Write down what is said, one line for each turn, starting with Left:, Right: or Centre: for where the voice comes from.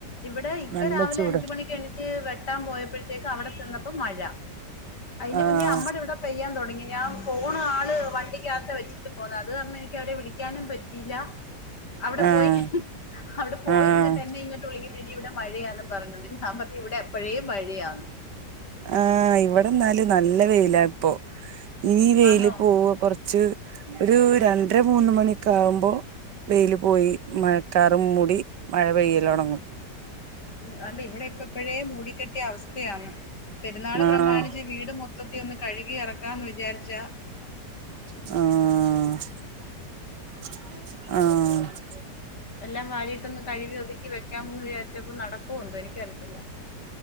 Left: ഇവിടെ ഇക്ക
Right: നല്ല
Left: രാവിലെ
Right: ചൂട്
Left: അഞ്ചു മണിക്ക് എഴുന്നേറ്റ് വെട്ടാൻ പോയപ്പോഴത്തേക്ക് അവിടെ ചെന്നപ്പോ മഴ അതിന്
Right: ആഹ്
Left: മുന്നേ നമ്മടെ ഇവിടെ പെയ്യാൻ തുടങ്ങി ഞാൻ പോകുന്നു ആള് വണ്ടി യാത്ര വെച്ച് പോണം അത് കാരണം എനിക്ക് അവരെ വിളിക്കാനും പറ്റിയില്ല അവിടെ
Right: ആഹ്
Left: പോയി ഹി പോയി
Right: ആഹ്
Left: നിന്നിട്ട് എന്നെ ഇങ്ങോട്ട് വിളിക്കുന്നു ഇവിടെ മഴയാണ് പറഞ്ഞത് ഞാൻ പറഞ്ഞു ഇവിടെ എപ്പോഴേ മഴയാന്ന്
Right: ആഹ് ഇവിടെ എന്നാലും നല്ല വെയിലാ ഇപ്പോ ഇനി ഈ വെയില്
Left: ആന്നോ
Right: പോവുക കൊറച്ച് ഉച്ചക്ക് ഒരു രണ്ടര മൂന്ന് മണിഒക്കെ ആകുമ്പോൾ വെയില് പോയി മഴക്കാറും മൂടി മഴ പെയ്യൽ തുടങ്ങും
Left: ഉ് അല്ലെ ഇവിടെ ഇപ്പഴേ മൂടികിടക്കുവ <unintelligible> അവസ്ഥയാണ് പെരുന്നാള്
Right: ആഹ്
Left: പ്രമാണിച്ച് വീട് മൊ മൊത്തത്തിൽ ഒന്ന് കഴുകി ഇറക്കാമെന്ന് വിചാരിച്ചാൽ
Right: ആഹ ആഹആഹ്ആഹ്
Left: എല്ലാം വാരിയിട്ടൊന്ന് കഴുകി ഒതുക്കി വെക്കാന്നു വിചാരിച്ചപ്പോൾ നടക്കുമോ എന്തോ എനിക്കറിയില്ല